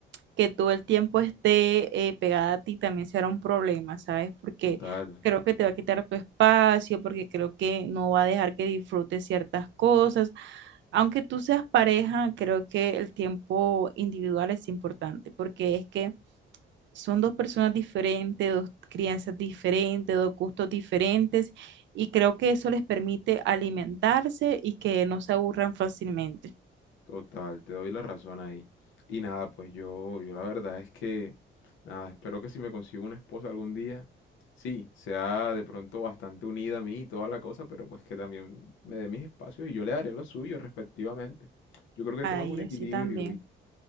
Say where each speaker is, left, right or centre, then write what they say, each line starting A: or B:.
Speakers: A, on the right; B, on the left.
A: que todo el tiempo esté eh, pegada a ti también será un problema, ¿sabes? Porque
B: Total,
A: creo que te va a quitar tu espacio, porque creo que no va a dejar que disfrutes ciertas cosas. Aunque tú seas pareja, creo que el tiempo individual es importante, porque es que son dos personas diferentes, dos crianzas diferentes, dos gustos diferentes, y creo que eso les permite alimentarse y que no se aburran fácilmente.
B: total, te doy la razón ahí. Y nada, pues yo, yo la verdad es que, nada, espero que si me consigo una esposa algún día, sí, sea de pronto bastante unida a mí y toda la cosa, pero pues que también me dé mis espacios y yo le daré los suyos respectivamente. Yo creo que
A: Ay,
B: todo es un equilibrio
A: así también.
B: y